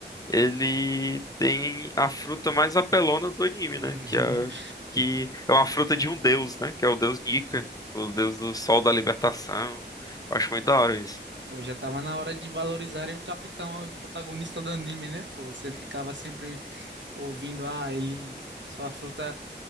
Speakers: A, on the left (about 20°); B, on the right (about 80°).
A: ele tem a fruta mais apelona do anime,
B: <laughs>
A: né? Que é, que é uma fruta de um deus, né? Que é o deus Nika, o deus do sol da libertação. Eu acho muito da hora isso.
B: Pô, já tava na hora de valorizarem o capitão e o protagonista do anime, né? Pô, você ficava sempre ouvindo, ah, ele, sua fruta